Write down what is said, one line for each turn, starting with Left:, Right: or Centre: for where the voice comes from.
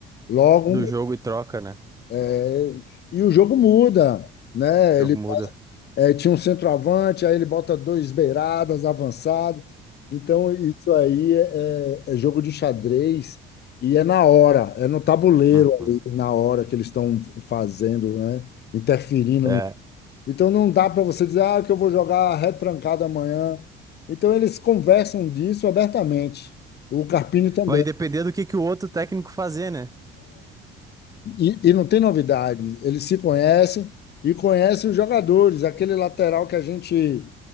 Left: logo
Right: Do jogo e troca, né? O
Left: é, e o jogo muda, né?
Right: jogo
Left: Ele
Right: muda.
Left: é, tinha um centroavante, aí ele bota dois beiradas avançados. Então, isso aí é, é é jogo de xadrez e é na hora, é no tabuleiro
Right: Uhum.
Left: ali, na hora que eles estão fazendo, né? Interferindo.
Right: É.
Left: no- Então, não dá para você dizer, ah, que eu vou jogar retrancado amanhã. Então, eles conversam disso abertamente. O Carpini também.
Right: Vai depender do que, que o outro técnico fazer, né?
Left: E, e não tem novidade. Eles se conhecem e conhecem os jogadores. Aquele lateral que a gente